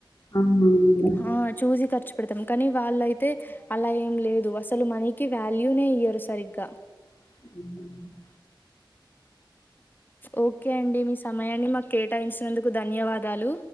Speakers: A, on the left (about 45°); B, on the left (about 20°).
A: అవునా మేడం
B: హా చూసి ఖర్చు పెడతం కానీ వాళ్ళయితే అలా ఏం లేదు అసలు మనీకి వాల్యూనే ఇయ్యరు సరిగ్గా
A: హు
B: ఓకే అండి మీ సమయాన్ని మాకి కేటాయించినందుకు ధన్యవాదాలు